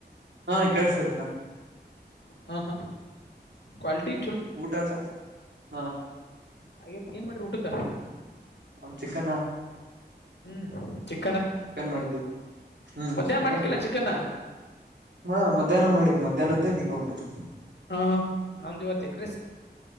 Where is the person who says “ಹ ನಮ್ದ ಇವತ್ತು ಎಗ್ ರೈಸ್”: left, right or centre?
Left